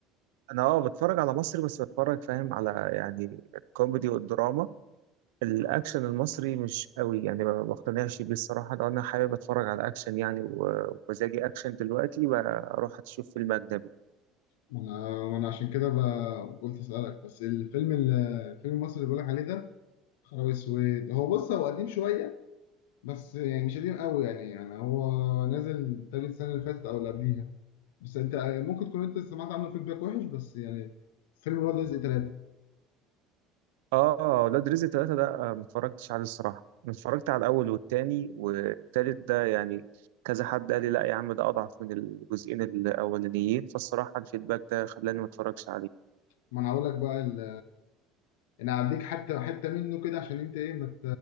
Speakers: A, on the right; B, on the left.
A: أنا أه بتفرج على مصري بس بتفرج فاهم على يعني الكوميدي والدراما الأكشن المصري مش قوي يعني ما بقتنعش بيه الصراحة لو أنا حابب أتفرج على أكشن يعني و- ومزاجي أكشن دلوقتي بروح أشوف فيلم أجنبي
B: ما انا ما انا عشان كده ب- قلت اسالك بس الفيلم ال- الفيلم المصري اللي بقولك عليه ده خرابي السويد هو بص هو قديم شويه بس يعني مش قديم قوي يعني يعني هو نازل تاني السنه اللي فاتت او اللي قبليها بس انت ممكن تكون انت سمعت عنه فيدباك وحش بس يعني فيلم ولاد رزق ثلاثه
A: اه ولاد رزق ثلاثة ده آه، ما اتفرجتش عليه الصراحة أنا اتفرجت على الأول والتاني والتالت ده يعني كذا حد قال لي لا يا عم ده أضعف من الجزئين الأولانيين فالصراحة الفيدباك ده خلاني ما اتفرجش عليه
B: ما انا هقول لك بقى ال انا هديك حتى حته منه كده عشان انت ايه ما